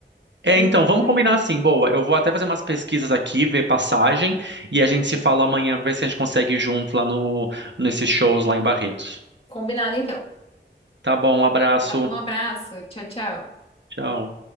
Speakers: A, on the right (about 70°); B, on the left (about 30°).
A: É,
B: Preciso
A: então, vamos combinar
B: ir.
A: assim, boa. Eu vou até fazer umas pesquisas aqui, ver passagem, e a gente se fala amanhã pra ver se a gente consegue ir junto lá no, nesses shows lá em Barretos.
B: Combinado, então.
A: Tá bom, um abraço.
B: Tá bom, Um abraço. Tchau, tchau.
A: Tchau.